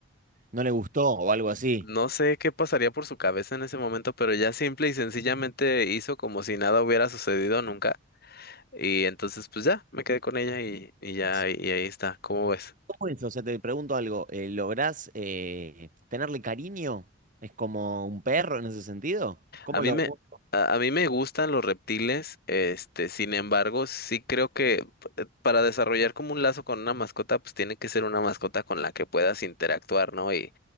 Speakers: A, on the right; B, on the left.
A: ¿No le gustó o algo así?
B: No sé qué pasaría por su cabeza en ese momento, pero ya simple y sencillamente hizo como si nada hubiera sucedido nunca. Y entonces, pues ya, me quedé con ella y, y ya,
A: Sí.
B: y ahí está. ¿Cómo ves?
A: ¿Cómo es? O sea, te pregunto algo. eh, ¿lográs eh, tenerle cariño? ¿Es como un perro en ese sentido? ¿Cómo
B: A mí
A: lo...?
B: me,
A: cómo-
B: a, a mí me gustan los reptiles, este, sin embargo, sí creo que p- para desarrollar como un lazo con una mascota, pues tiene que ser una mascota con la que puedas interactuar, ¿no? Y,